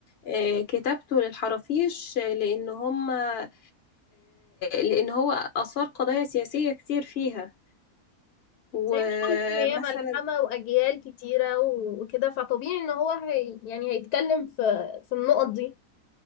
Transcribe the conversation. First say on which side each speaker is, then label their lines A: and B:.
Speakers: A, on the left (about 45°); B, on the left (about 80°).
A: آه، كتابته للحرافيش آه، لأن هم آه، لأن هو أثار قضايا سياسية كتير فيها ومثلا
B: زي ما قلتي هي ملحمة وأجيال كتيرة و- وكده فطبيعي إن هو هي يعني هيتكلم في في النقط دي